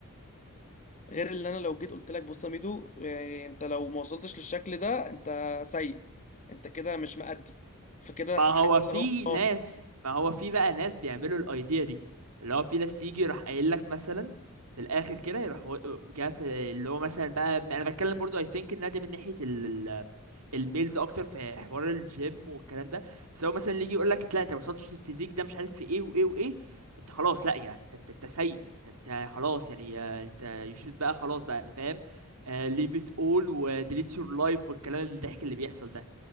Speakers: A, on the left; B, on the right.
A: غير اللي انا لو جيت قلت لك بص يا ميدو يعني انت لو ما وصلتش للشكل ده انت سيء انت كده مش مأدي فكده
B: ما
A: هتحس
B: هو
A: اللي
B: في
A: هو اه
B: ناس ما هو في بقى ناس بيعملوا الايديا دي اللي هو في ناس يجي يروح قايل لك مثلا في الاخر كده يروح و- جا في اللي هو مثلا بقى انا بتكلم برضو اي ثينك ان ده من ناحيه ال الميلز اكتر في حوار الجيم والكلام ده بس هو مثلا اللي يجي يقول لك لا انت ما وصلتش للفيزيك ده مش عارف في ايه وايه وايه انت خلاص لا يعني انت انت, انت سيء انت, انت خلاص يعني آه، انت يشوت بقى خلاص بقى فاهم ليف ات اول وديليت يور لايف والكلام الضحك اللي بيحصل ده